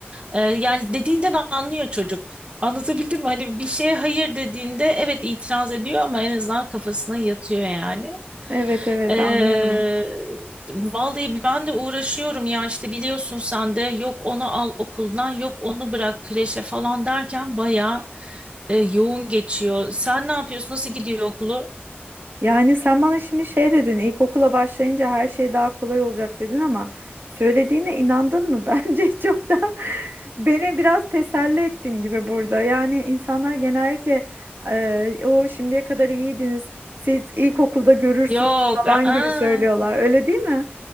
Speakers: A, on the right (about 30°); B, on the right (about 55°).
A: E, yani dediğinden anlıyor çocuk. Anlatabildim mi? Hani bir şeye hayır dediğinde evet itiraz ediyor ama en azından kafasına yatıyor yani.
B: Evet evet
A: Ee,
B: anlıyorum.
A: vallahi ben de uğraşıyorum ya işte biliyorsun sen de yok onu al okuldan yok onu bırak kreşe falan derken bayağı e, yoğun geçiyor. Sen ne yapıyorsun? Nasıl gidiyor okulu?
B: Yani sen bana şimdi şey dedin, ilkokula başlayınca her şey daha kolay olacak dedin ama söylediğine inandın mı? <laughs> Bence çok da beni biraz teselli ettin gibi burada. Yani insanlar genellikle eee, o şimdiye kadar iyiydiniz, siz ilkokulda görürsünüz
A: Yok.
B: falan
A: Aa,
B: gibi söylüyorlar. Öyle değil mi?